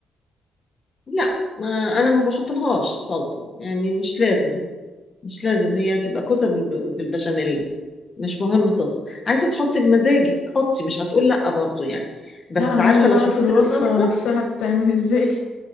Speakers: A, on the left; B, on the left.
A: لا ما انا ما بحط لهاش صلصه يعني مش لازم مش لازم هي هتبقى كوسه بال- بالبشاميل مش مهم صلصه عايزه تحطي بمزاجك حطي مش هتقول لا برضو يعني بس
B: لا انا
A: عارفه
B: عايزة
A: لو
B: اعرف
A: حطيتي
B: الوصفة
A: الصلصه
B: نفسها بتتعمل <laughs> ازاي